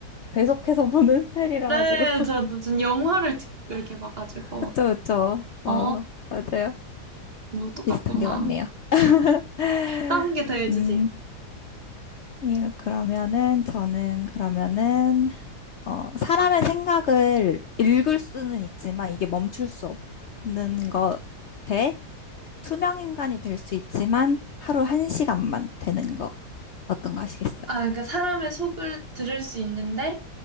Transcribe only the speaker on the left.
배속해서 보는 <laughs> 스타일이라
가지고.
그쵸, 그쵸. 어,
맞아요.
비슷한 게 많네요. <laughs>
음. 이 그러면은 저는 그러면은 어, 사람의 생각을 읽을 수는 있지만 이게 멈출 수 없는 거 대 투명 인간이 될 수 있지만 하루 한 시간만 되는 거 어떤 거 하시겠어요?